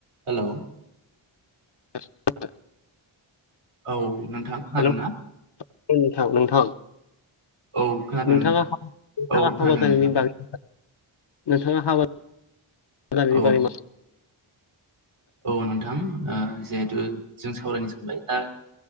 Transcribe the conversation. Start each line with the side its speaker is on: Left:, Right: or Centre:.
Right: हेलौ।
Left: <inaudible>
Right: औ। नोंथां खोनादों
Left: हेलौ'
Right: ना?
Left: नोंथां नोंथां।
Right: औ खोनादों
Left: नोंथाङा नोंथाङा
Right: औ खोनादों
Left: हाबा जानायनि
Right: नोंथां
Left: बागै नोंथाङा हाबा जानायनि
Right: औ
Left: बारै मा
Right: औ नोंथां जिहेथु जों सावरायनो सानबाय दा